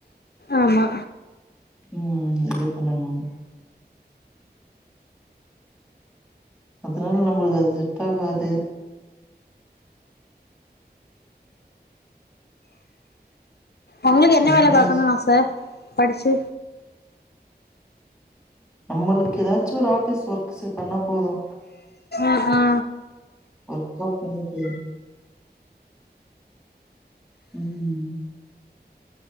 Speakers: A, on the left; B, in the centre.
A: ஆமா
B: ம் இதே பண்ணம்னா அதனால நம்முளுக்கு அது செட் ஆகாது
A: ஒங்களுக்கு என்ன
B: அதனால
A: வேல பாக்கனு ஆச படிச்சி
B: நம்மளுக்கு எதாச்சி ஒரு ஆஃபிஸ் ஒர்க் சே பண்ணா போது
A: ஆஹா
B: ஒர்கா பண்ணிப்பே ம்